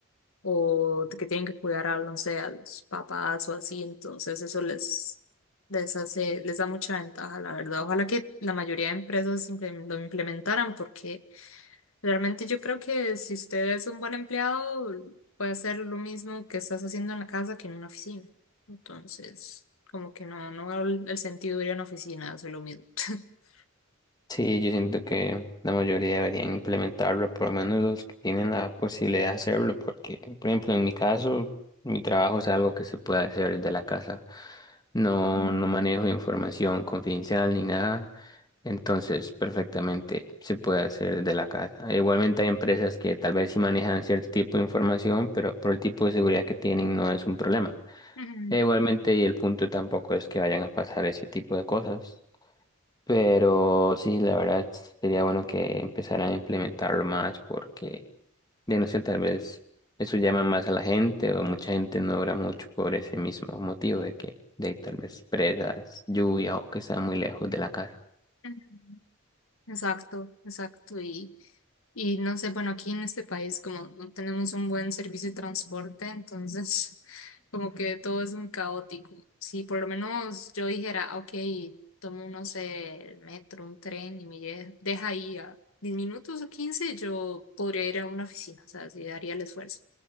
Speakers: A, on the left; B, on the left.
A: o que tienen que cuidar a, no sé, a los papás o así. Entonces, eso les, les hace, les da mucha ventaja, la verdad. Ojalá que la mayoría de empresas imple- lo implementaran porque Realmente yo creo que si usted es un buen empleado, puede hacer lo mismo que estás haciendo en la casa que en una oficina. Entonces, como que no, no veo el el sentido de ir a una oficina, hacer lo mismo. <laughs>
B: Sí, yo siento que la mayoría deberían implementarlo, por lo menos los que tienen la posibilidad de hacerlo, porque, por ejemplo, en mi caso, mi trabajo es algo que se puede hacer desde la casa. No,
A: Mm.
B: no manejo información confidencial ni nada, entonces perfectamente se puede hacer desde la casa. Igualmente hay empresas que tal vez sí manejan cierto tipo de información, pero por el tipo de seguridad que tienen no es un problema.
A: Ujú,
B: E igualmente, y el punto tampoco es que vayan a pasar ese tipo de cosas. Pero sí, la verdad sería bueno que empezaran a implementarlo más porque, de no sé, tal vez eso llama más a la gente o mucha gente no obra mucho por ese mismo motivo de que de tal vez presas, lluvia o que está muy lejos de la casa.
A: ujú. Exacto, exacto. Y Y no sé, bueno, aquí en este país como no tenemos un buen servicio de transporte, entonces <laughs> como que todo es un caótico. Si por lo menos yo dijera, ok, tomo, no sé, el metro, un tren y me lle- deja ahí a 10 minutos o quince yo podría ir a una oficina, o sea, sí daría el esfuerzo.